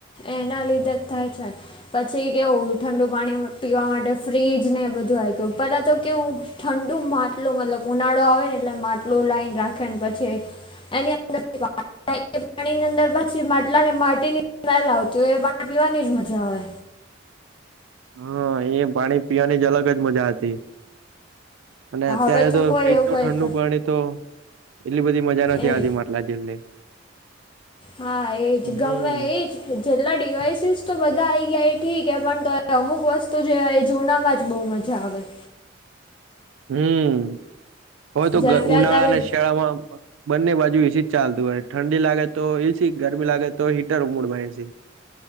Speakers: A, on the left; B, on the right.
A: એના લીધે જ થાય છે. પછી કેવું ઠંડુ પાણી પીવા માટે ફ્રીજ ને બધું આવી ગયું પહેલા તો કેવું ઠંડુ માટલું મતલબ ઉનાળો આવે ને એટલે માટલું લાવી ને રાખેને પછી એની અંદર પાણીની અંદર પછી માટલા ને માટીની સ્મેલ આવતી હોય એ પાણી પીવાની જ મજા આવે
B: હા એ પાણી પીવાની જ અલગ જ મજા હતી. અને અત્યારે
A: હવે
B: તો
A: કોઈ
B: ફ્રીજનું
A: એવું કંઈક
B: ઠંડુ પાણી તો એટલી બધી મજા નથી
A: એ
B: આવતી માટલા જેટલી
A: હા એજ
B: હમ
A: ગમે એજ જેટલા ડિવાઈસીસ તો બધા આઈ ગયા એ ઠીક હ પણ તો એ અમુક વસ્તુ જે એ જૂના માં જ બહુ મજા મજા આવે
B: હમ હવે તો
A: જેમ કે
B: ઉનાળા
A: અત્યારે
B: અને શિયાળામાં બંને બાજુ એસી જ ચાલતું હોય ઠંડી લાગે તો એસીી ગરમી લાગે તો હીટર ઉમડમાંસી